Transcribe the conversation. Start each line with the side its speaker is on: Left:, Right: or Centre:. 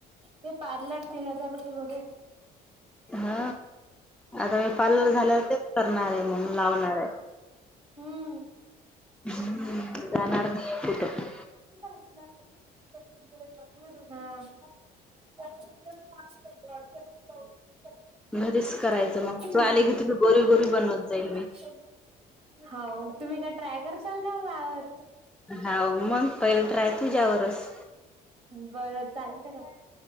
Right: ते पार्लर तीन हजार रुपये मध्ये.
Centre: हा आता मी पार्लर झाल्यावर तेच करणार आहे मग, लावणार आहे.
Right: हम्म
Centre: ह जाणार नाहीये कुटं.
Right: हा. <unintelligible> <unintelligible>
Centre: घरीच करायचं मग तू आले की तुला गोरी गोरी बनवत जाईल मी.
Right: हो तुम्ही काय ट्राय करसाल काय वावर.
Centre: हाव मग पहिले ट्राय तुझ्यावरच.
Right: बरं चालतंय ना.